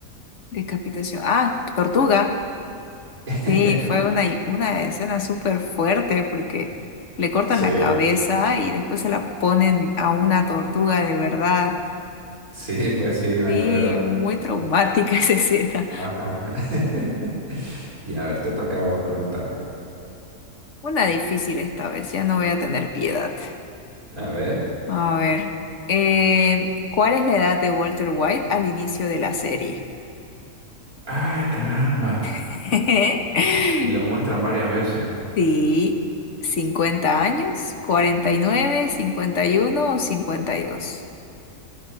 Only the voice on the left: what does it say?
decapitación. Ah, tortuga.
Sí, fue una, una escena súper fuerte porque le cortan
la cabeza y después se la ponen a una tortuga de verdad.
Sí,
muy traumática <laughs> esa escena.
Una difícil esta vez, ya no voy a tener piedad.
A ver, eh, ¿cuál es la edad de Walter White al inicio de la serie?
<laughs>
Sí, 50 años, cuarenta y nueve, cincuenta y uno o 52.